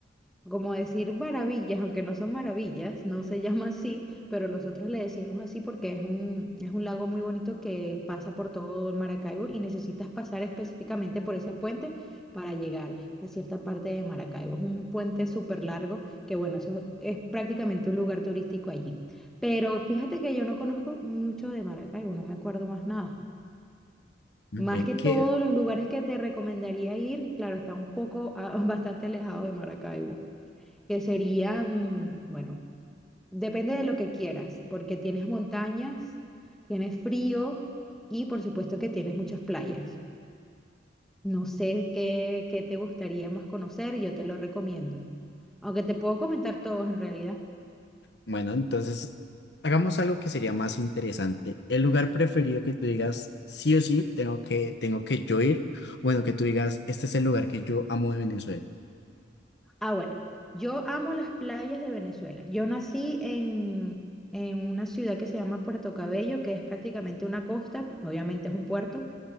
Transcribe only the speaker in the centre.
como decir maravillas, aunque no son maravillas, no se <laughs> llama así, pero nosotros le decimos así porque es un, es un lago muy bonito que pasa por todo Maracaibo y necesitas pasar específicamente por ese puente para llegar a cierta parte de Maracaibo. Es un puente súper largo que, bueno, eso es prácticamente un lugar turístico allí. Pero fíjate que yo no conozco mucho de Maracaibo, no me acuerdo más nada. Más
que todos
los lugares que te recomendaría ir, claro, está un poco, ah, <laughs> bastante alejado de Maracaibo que serían, bueno, depende de lo que quieras, porque tienes montañas, tienes frío y por supuesto que tienes muchas playas. No sé qué, qué te gustaría más conocer, yo te lo recomiendo. Aunque te puedo comentar todos en realidad.
Ah, bueno, yo amo las playas de Venezuela. Yo nací en, en una ciudad que se llama Puerto Cabello, que es prácticamente una costa, obviamente es un puerto,